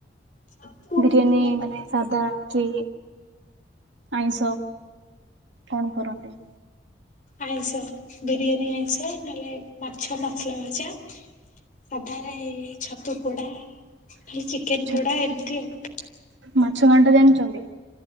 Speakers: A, on the left; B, on the right.
A: ଛତୁ
B: ବିରିୟାନୀ
A: ନହେଲେ ହଁ
B: ମାନେ ସାଧା ହୋଉଚି ଆଇଁଷ କଣ କରନ୍ତି?
A: ଆଇଁଷ ବିରିୟାନୀ ଆଇଁଷ ନହେଲେ ମାଛ ମସଲା ଭାଜା। ସାଧାରେ ଛତୁ ପୋଡା ନହେଲେ ଚିକେନ
B: ଆଚ୍ଛା
A: ପୋଡା ଏମିତି ଆଉ।
B: ମାଛ ଘାଣ୍ଟା ଜାଣିଚନ୍ତି?